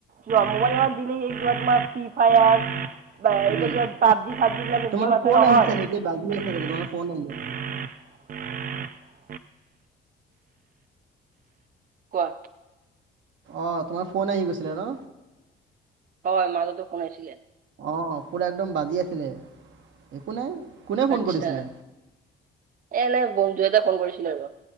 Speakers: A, on the right; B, on the right.
A: যোৱা মোবাইল <unintelligible> তোমাৰ ফ্ৰী ফায়াৰ এতিয়া
B: উম
A: যে পাবজি চাবজি বিলাক
B: তোমাৰ
A: গেম আছে
B: ফোন
A: নহয়
B: আহিছে নেকি বাজি
A: <unintelligible>
B: আছে চাগে তোমাৰ ফোন আহি আছে
A: <inaudible> কোৱা।
B: অ' তোমাৰ ফোন আহি গৈছিলে ন।
A: হয় মাজতো শুনিছিলে
B: অঁ পুৰা একদম বাজি আছিলে, একো নাই কোনে ফোন
A: আচ্ছা
B: কৰিছিলে
A: এ এনে বন্ধু এটা ফোন কৰিছিলোঁ আৰু